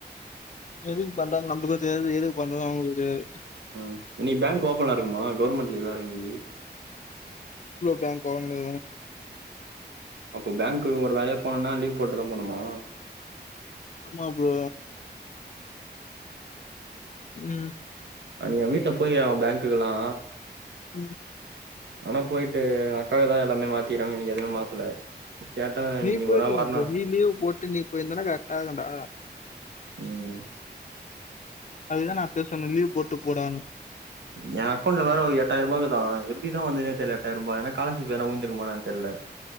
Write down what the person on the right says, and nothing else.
ம் இன்னிக்கு பேங்க் ஓப்பனா இருக்குமா கவுவர்மெண்ட் லீவு வேற இன்னிக்கு
அப்போ பேங்க்கு ஒரு வேலையா போனும்னா லீவ் போட்டுதா போனுமா
நீ வீட்ல போவியா பேங்க்குக்குகெல்லா
ஆனா போயிட்டு அக்காவு தா எல்லாமே மாத்திறுகாங்க எனக்கு எதுவுமே மாத்தல கேட்டா
ஒரு நாள் வரணுன்
ம்
ஏ அக்கௌண்ட்ல வேற எட்டாயிர ரூபாயிருக்குதா இப்பிடி வந்துனே தெர்ல எட்டாயிர ரூபா ஏன்னா காலேஜ் பேர்ல வுளுந்துருக்குமா என்னனு தெர்ல